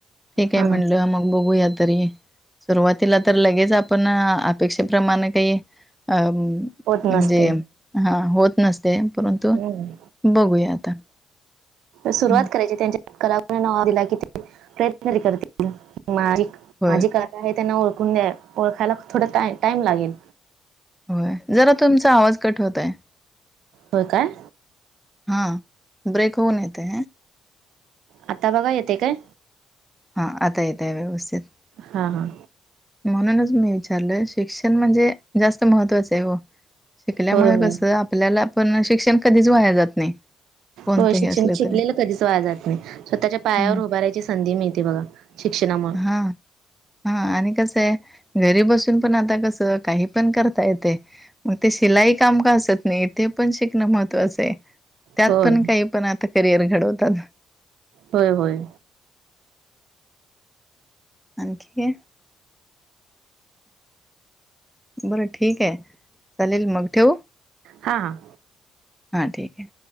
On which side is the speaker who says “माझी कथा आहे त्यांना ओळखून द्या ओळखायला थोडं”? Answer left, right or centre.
Right